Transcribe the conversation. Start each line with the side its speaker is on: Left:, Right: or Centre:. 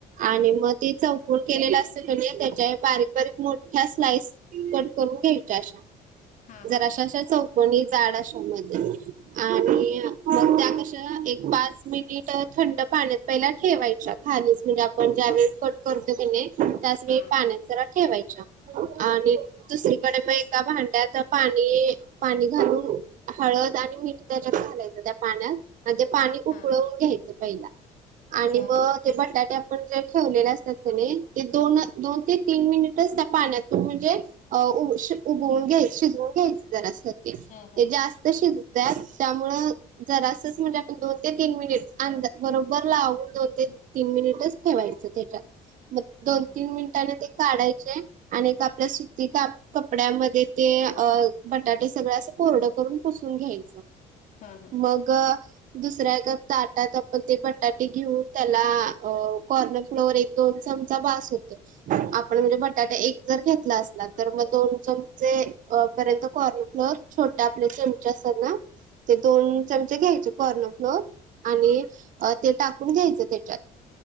Right: आणि
Left: हा,
Right: मग ते चौकून केलेलं असतं कनी, त्याच्या बारीक, बारीक मोठ्या स्लाईस- कट करून घ्यायच्या अशा.
Left: हा, हा.
Right: जरशा अशा चौकणी जाड अशामध्ये
Left: हा,
Right: आणि
Left: हा, हा,
Right: मग त्या- एक पाच मिनिट थंड पाण्यात पहिला ठेवायच्या खालीच म्हणजे, आपण ज्या वेळेस- करतो की नाही - त्यासनी
Left: हा,
Right: पाण्यात जरा ठेवायच्या
Left: हा, हा,
Right: आणि
Left: हा,
Right: दुसरीकडे मग एका भांड्यात- पाणी, पाणी घालून हळद आणि मीठ त्याच्यात घालायचं, त्या पाण्यात- आणि ते पाणी उकळवून
Left: हा, हा,
Right: घ्यायचं पहिला आणि
Left: हा,
Right: मग-
Left: हा,
Right: ते बटाटे आपण जे ठेवलेले असतात कनी, ते दोन, दोन ते तीन मिनिटच त्या पाण्यातून म्हणजे- अ उक- शिज- उभवून घ्यायच, शिजवून घ्यायच जरास. ते
Left: हा, हा.
Right: जास्त शिजत्यात, त्यामुळे जरासच म्हणजे, आपण दोन ते तीन मिनिट- अंदाजे बरोबर लावून दोन ते तीन मिनिटच ठेवायचं त्याच्यात.
Left: हा,
Right: दोन,
Left: हा,
Right: तीन मिनिटांने ते काढायचे आणि एक आपल्या सुती काप- कपड्यामध्ये ते अ बटाटे सगळे असं कोरडं करून पुसून घ्यायचं.
Left: हा, हा.
Right: मग- दुसऱ्या एका ताटात आपण ते बटाटे घेऊन त्याला कॉर्न- फ्लेवर एक, दोन चमचा बास होतय. आपण म्हणजे बटाटे एक जर घेतला असला तर, मग दोन चमचे पर्यंत कॉर्न फ्लोअर- छोट्या आपल्या चम- तसं ना. ते दोन चमचे घ्यायचे. कॉर्नर फ्लोअर आणि ते टाकून घ्यायचं त्याच्यात.